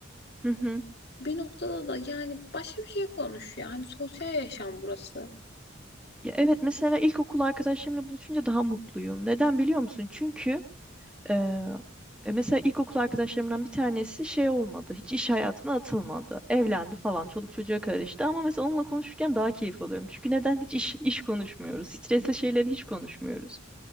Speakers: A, in the centre; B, on the left.
A: Hı hı.
B: Bir noktada da yani başka bir şey konuş ya. Hani sosyal yaşam burası.
A: Ya evet mesela ilkokul arkadaşlarımla buluşunca daha mutluyum. Neden biliyor musun? Çünkü eee, e, mesela ilkokul arkadaşlarımdan bir tanesi şey olmadı. Hiç iş hayatına atılmadı. Evlendi falan. Çoluk çocuğa karıştı. Ama mesela onunla konuşurken daha keyif alıyorum. Çünkü neden hiç iş, iş konuşmuyoruz? Stresli şeyleri hiç konuşmuyoruz.